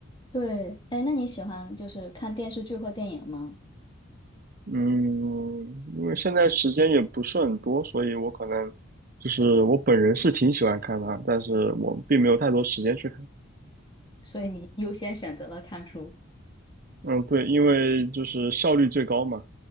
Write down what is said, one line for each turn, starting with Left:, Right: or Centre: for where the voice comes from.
Left: 对，哎，那你喜欢就是看电视剧或电影吗？
Right: 嗯，因为现在时间也不是很多，所以我可能就是我本人是挺喜欢看它，但是我并没有太多时间去看。
Left: 所以你优先选择了看书。
Right: 嗯，对，因为就是效率最高嘛，